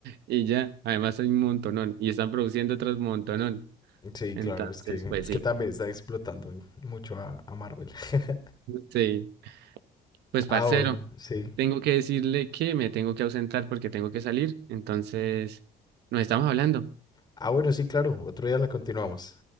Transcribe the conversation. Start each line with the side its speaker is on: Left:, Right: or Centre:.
Right: y ya. Además hay un montonón y están produciendo otros montonón.
Left: Sí,
Right: Entonces,
Left: claro, es que,
Right: pues
Left: es
Right: sí.
Left: que también está explotando mucho a, a Marvel. <laughs>
Right: Sí, pues
Left: Ah,
Right: parcero,
Left: bueno, sí.
Right: tengo que decirle que me tengo que ausentar porque tengo que salir. Entonces, nos estamos hablando.
Left: Ah, bueno, sí, claro. Otro día la continuamos.